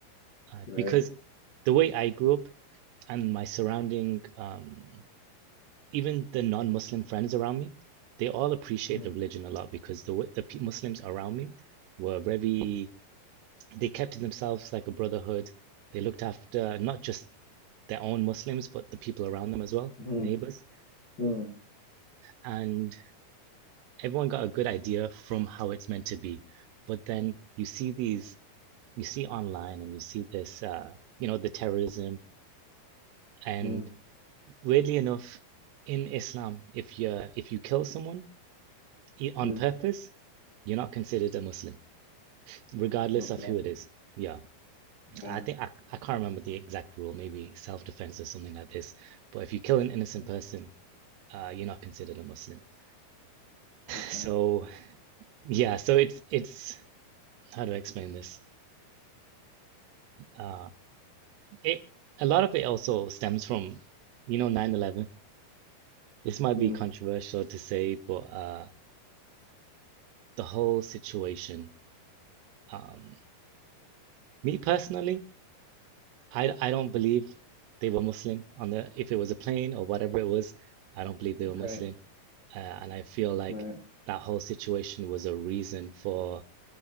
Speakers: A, on the right (about 85°); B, on the left (about 40°).
A: Uh,
B: right.
A: because the way I grew up and my surrounding um even the non-Muslim friends around me, they all appreciate
B: Mm,
A: the religion a lot because the way- the pe- Muslims around me were very they kept to themselves like a brotherhood. They looked after not just their own Muslims, but the people around them as well,
B: mm,
A: neighbors.
B: mm,
A: And everyone got a good idea from how it's meant to be. But then you see these,
B: yeah,
A: you see online and you see this, uh, you know, the terrorism. And
B: mm,
A: weirdly enough, in Islam, if you if you kill someone on
B: mm.
A: purpose, you're not considered a Muslim, regardless
B: Okay.
A: of who it is. Yeah.
B: Yeah.
A: I think I, I can't remember the exact rule, maybe self-defense or something like this. But if you kill an innocent
B: Yeah.
A: person, uh, you're not considered a Muslim. <laughs>
B: Okay.
A: So yeah, so it's it's how do I explain this? Uh, it a lot of it also stems from, you know, nine eleven This might
B: Mm.
A: be controversial to say, but uh, the whole situation. Um, me personally, I I don't believe they were Muslim on the if it was a plane or whatever it was. I don't believe they were
B: Right.
A: Muslim. Uh, and I feel like
B: Right.
A: that whole situation was a reason for